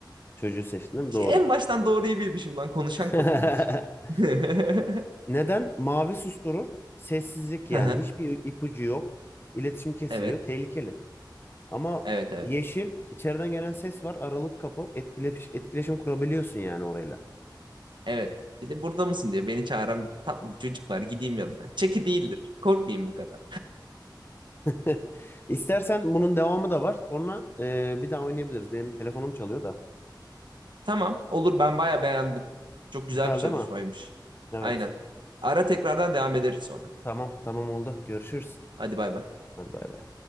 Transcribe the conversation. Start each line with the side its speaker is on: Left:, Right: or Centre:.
Left: Çocuğu seçtim değil mi? Doğru.
Right: En baştan doğruyu bilmişim lan. Konuşan
Left: <laughs>
Right: kapıymış. <laughs> Hı
Left: Neden? Mavi susturur. Sessizlik yani.
Right: hı.
Left: Hiçbir ipucu yok. İletişim kesiliyor.
Right: Evet.
Left: Tehlikeli. Ama
Right: Evet evet.
Left: yeşil içeriden gelen ses var. Aralık kapı. Etkileş, etkileşim kurabiliyorsun yani orayla.
Right: Evet. Bir de burada mısın diye beni çağıran tatlı bir çocuk var. Gideyim yanına. Çeki değildir. Korkmayayım bu kadar.
Left: <laughs> İstersen bunun devamı da var. Sonra e, bir daha oynayabiliriz. Benim telefonum çalıyor da.
Right: <laughs> Tamam. Olur ben bayağı beğendim. Çok güzel
Left: Güzel
Right: bir çalışmaymış.
Left: değil mi? Evet.
Right: Aynen. Ara tekrardan devam ederiz sonra.
Left: Tamam tamam oldu. Görüşürüz.
Right: Hadi bay bay.
Left: Hadi bay bay.